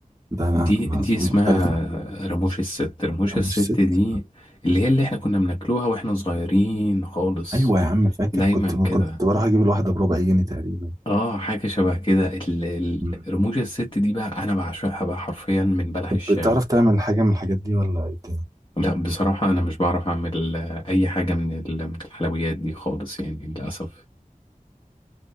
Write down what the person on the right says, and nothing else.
ده انا
انا مختلف
معاك
رموش
الست
ايوه يا عم فاكر
كنت كنت
بروح اجيب الواحدة بربع جنيه تقريبا
مم.
طب
بتعرف تعمل حاجة من الحاجات دي ولا ايه الدنيا